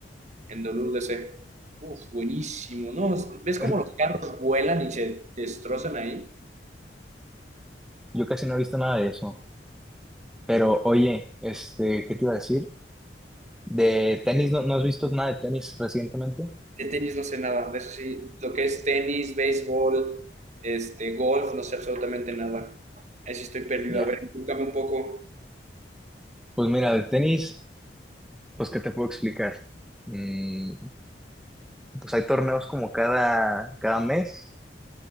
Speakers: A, on the right (about 40°); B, in the centre.
A: en WDC. Uf, buenísimo, ¿no? ¿Ves
B: Es-
A: cómo los carros vuelan y se destrozan ahí?
B: Yo casi no he visto nada de eso. Pero oye, este, ¿qué te iba a decir? ¿De tenis no, no has visto nada de tenis recientemente?
A: De tenis no sé nada, de eso sí, lo que es tenis, béisbol, este, golf, no sé absolutamente nada. Ahí sí estoy perdido.
B: Ya.
A: A ver, inculcame un poco.
B: Pues mira, de tenis, pues ¿qué te puedo explicar? Mm, pues hay torneos como cada, cada mes.